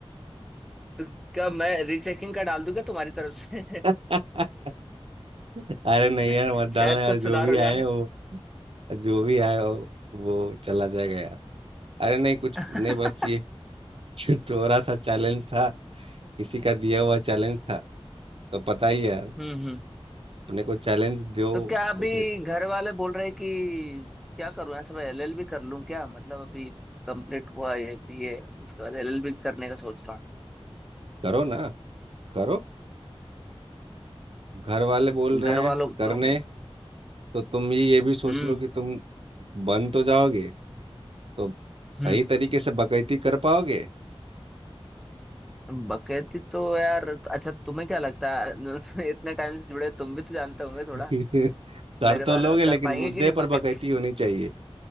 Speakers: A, in the centre; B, on the right (about 60°).
A: तो क्या मैं रीचेकिंग का डाल दूं क्या तुम्हारी तरफ से
B: <laughs> अरे नहीं
A: <laughs>
B: यार मत डालना
A: शायद
B: यार
A: कुछ
B: जो
A: सुधार
B: भी
A: हो
B: आए
A: जाए
B: वो जो भी आए वो, वो चला जाएगा यार अरे नहीं कुछ
A: <laughs> हम्म
B: नहीं बस ये <laughs> थोड़ा सा चैलेंज था किसी का दिया हुआ चैलेंज था तो पता ही है यार
A: हम्म।
B: अपने को चैलेंज दो
A: तो क्या अभी
B: तो फिर
A: घर वाले बोल रहे कि क्या करूं ऐसा मैं एलएलबी कर लूं क्या मतलब अभी कंप्लीट हुआ है बीए उसके बाद एलएलबी करने का सोच रहा
B: करो ना करो घर वाले बोल
A: हूँ
B: रहे
A: घर
B: हैं
A: वालों
B: करने
A: का
B: तो तुम ये ये भी सोच
A: हम्म
B: लो कि तुम बन तो जाओगे तो
A: हम्म
B: सही तरीके से बकैती कर पाओगे
A: बकैती तो यार अच्छा तुम्हें क्या लगता है <laughs> इतने टाइम से जुड़े तुम भी तो जानते होंगे
B: <laughs>
A: थोड़ा
B: कर
A: मेरे बारे
B: तो लोगे
A: में
B: लेकिन
A: कर पाएंगे
B: मुद्दे
A: कि नहीं
B: पर
A: बकैती
B: बकैती होनी चाहिए